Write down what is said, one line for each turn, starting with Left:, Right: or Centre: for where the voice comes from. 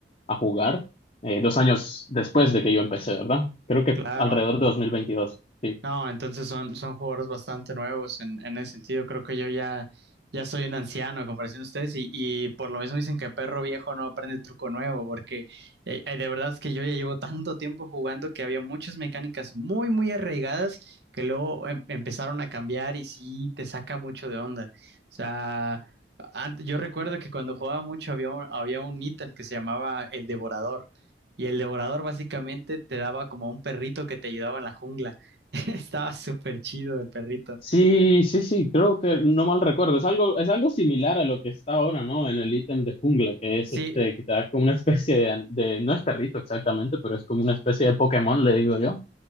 Left: a jugar, eh, dos años después de que yo empecé, ¿verdad? Creo que
Right: claro.
Left: alrededor de 2022. sí.
Right: No, entonces son, son jugadores bastante nuevos en, en ese sentido. Creo que yo ya, ya soy un anciano a comparación de ustedes y, y por lo mismo dicen que perro viejo no aprende truco nuevo, porque eh, eh, de verdad es que yo ya llevo tanto tiempo jugando que había muchas mecánicas muy, muy arraigadas que luego em- empezaron a cambiar y sí te saca mucho de onda. O sea, ant- yo recuerdo que cuando jugaba mucho había un, había un ítem que se llamaba el Devorador. Y el devorador básicamente te daba como un perrito que te ayudaba en la jungla. <laughs> Estaba súper chido el perrito.
Left: Sí, sí, sí, creo que no mal recuerdo. Es algo, es algo similar a lo que está ahora, ¿no? En el ítem de jungla, que es
Right: Sí,
Left: este, que te da como una especie de, de- no es perrito exactamente, pero es como una especie de Pokémon, le digo yo.